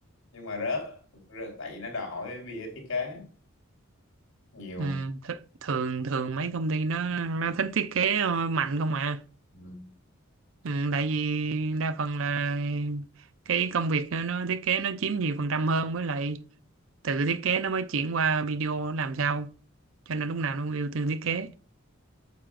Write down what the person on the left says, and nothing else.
nhưng mà rớt, rớt tại vì nó đòi hỏi bia thiết kế nhiều
ừ.